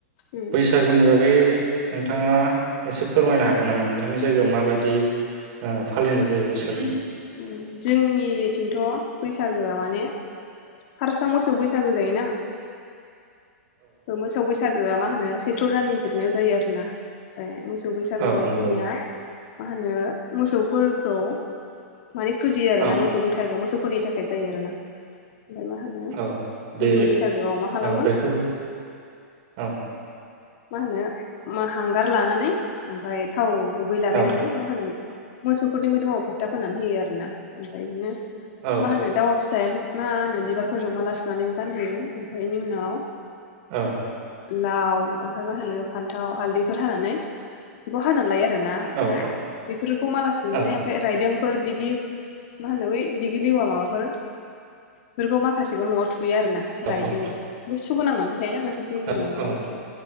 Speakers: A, on the left; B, on the right.
A: उम
B: बैसागुनि बागै नोंथाङा एसे फोरमायनो हागोन नामा नोंथांनि जायगायाव माबायदि ओ फालिनाय जायो बैसागु
A: उम जोंनिथिंथ' बैसाग सागोआ माने फार्सआव मोसौ बैसागु जायोना। औ मोसौ बैसागोआ मा होनो सैथ्र' दाननि जोबनायाव जायो आरोना फ्राय मोस सौ बैसागोआव
B: औ नंगौ
A: जोंनिया मा होनो मोसौफोरखौ माने फुजियो आरो
B: औ
A: ना मोसौ बैसागो मोसौफोरनि थाख खाय जायो आरोना। ओमफाय मा होनो
B: औ बे
A: मोसौ बैसागोआव मा खालामो
B: औ बेखौ औ।
A: मा होनो माहांगार लानानै ओमफाय थाव गुबै लागायनानै
B: औ
A: मा होनोम मोसौफोरनि मोदोमाव फोथा फोननानै होयो आरोना ओमफ्राय इदिनो
B: औ
A: मा होनो दावा फिथाइ ओमफाय मा होनो बिबारफोरजों माला सुनानैबो गानहोयो ओमफाय इनि उनाव
B: औ
A: लाउ ओमफाय मा होनो फान्थाव हालदैफोर हानानै बेखौ हानानै लायो आरोना ओमफाय
B: औ
A: बेफोरखौ माला सुनानै
B: औ
A: ओमफाय राइदों फोर बिगि मा होनो बै दिगि लिवा माबाफोर फोरखौ माखासेखौ न'आव थु थुयो आरो ना
B: औ
A: राइदों
B: औ
A: बुस <unintelligible> <unintelligible> नोंसोनिथिं दंना
B: औ
A: गैया
B: औ
A: मिथिया।